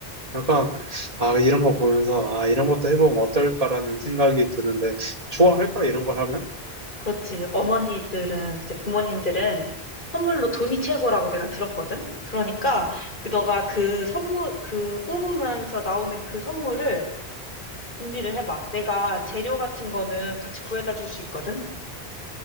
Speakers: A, on the right (about 35°); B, on the left (about 50°).
A: 약간, 아, 이런 거 보면서, 아, 이런 것도 해보면 어떨까라는 생각이 드는데, 좋아할까? 이런 걸 하면?
B: 그렇지. 어머니들은, 이제 부모님들은 선물로 돈이 최고라고 내가 들었거든? 그러니까, 그, 너가 그 선물, 그 뽑으면서 나오는 그 선물을 준비를 해봐. 내가 재료 같은 거는 같이 구해다 줄 수 있거든?